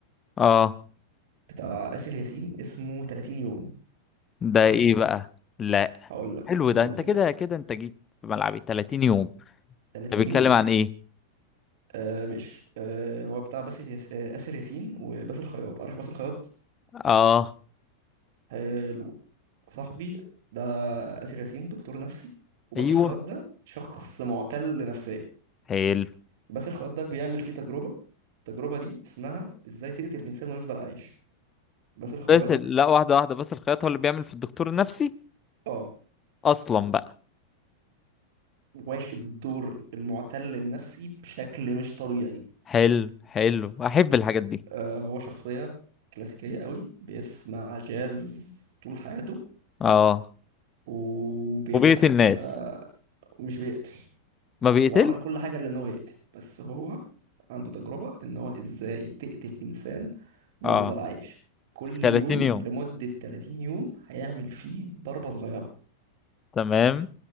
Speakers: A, on the left; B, on the right.
A: اه
B: بتاع آسر ياسين اسمه 30 يوم
A: ده
B: عارفه
A: ايه بقى لا
B: هقول لك
A: حلو ده
B: هقول
A: انت
B: لك
A: كده كده انت جيت في ملعبي 30 يوم
B: 30
A: ده بيتكلم
B: يوم
A: عن ايه
B: آه مش آه هو بتاع باسل ياس... آه آسر ياسين وباسل خياط عارف باسل خياط
A: اه
B: حلو صاحبي ده آسر ياسين دكتور نفسي وباسل
A: ايوه
B: خياط ده شخص معتل نفسيا
A: حلو
B: باسل خياط ده بيعمل فيه تجربة التجربة دي اسمها ازاي تقتل انسان ويفضل عايش باسل خياط
A: بس لا واحده واحده بس الخياط هو اللي بيعمل في الدكتور النفسي
B: اه
A: اصلا بقى
B: واخد دور المعتل النفسي بشكل مش طبيعي
A: حلو حلو احب الحاجات دي
B: آه هو شخصية كلاسيكية قوي بيسمع جاز طول حياته
A: اه
B: وبيضحك
A: وبيقتل الناس
B: كده ومش بيقتل
A: ما بيقتل
B: هو عمل كل حاجة لأن هو يقتل بس هو عنده تجربة إن هو إزاي تقتل إنسان ويفضل
A: اه
B: عايش كل
A: في 30
B: يوم
A: يوم
B: لمدة 30 يوم هيعمل فيه ضربة صغيرة
A: تمام